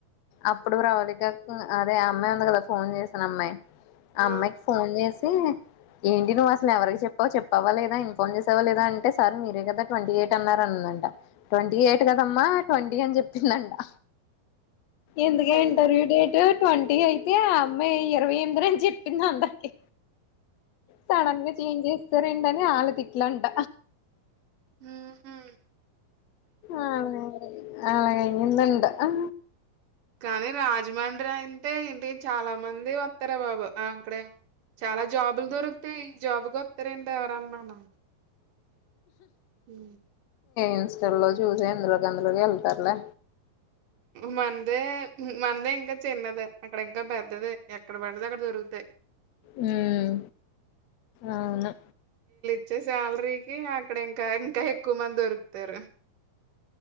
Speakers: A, on the left (about 80°); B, on the right (about 65°).
A: అప్పుడు ప్రవళిక అదే అమ్మాయి ఉంది కదా ఫోన్ చేసిన అమ్మాయి
B: ఆ!
A: అమ్మాయికి ఫోన్ చేసి ఏంటి నువ్వు అసలు ఎవరికి చెప్పావు చెప్పవవా లేదా ఇన్ఫార్మ్ చేసావా లేదా అంటే సార్ మీరే కదా ట్వంటీ ఎయిట్ అన్నారు అనింది ట్వంటీ ఎయిట్ కదమ్మా ట్వంటీ అని చెప్పిందంటా ఎందుకే
B: హాయ్.
A: ఇంటర్వ్యూ డేట్ ట్వంటీ అయితే ఆ అమ్మాయి ఇరవై ఎనిమిది అని చెప్పింది అందరికి సడన్ గా చేంజ్ చేస్తారండి అని ఆళ తిట్లంట
B: మ్మ్ హ్మ్
A: ఆ ఆలాగైందంట ఆ
B: కానీ రాజమండ్రి అయింటే ఏంటి చాలా మంది వస్తారా బాబు అక్కడే చాలా జాబులు దొరికుతాయి ఈ జాబుకు వస్తారెంటి ఎవరన్నాను హ
A: ఇన్స్టా లో చూసే అందులోకి అందులోకి వెళ్తారులే
B: మనదే మనదే ఇంకా చిన్నదే, అక్కడ ఇంకా పెద్దదే, ఎక్కడ పడితే అక్కడ దొరుకుతాయ్.
A: ఉహ్ అవును
B: వచ్చే సాలరీకి అక్కడ ఇంకా ఇంకా ఎక్కువ మంది దొరుకుతారు.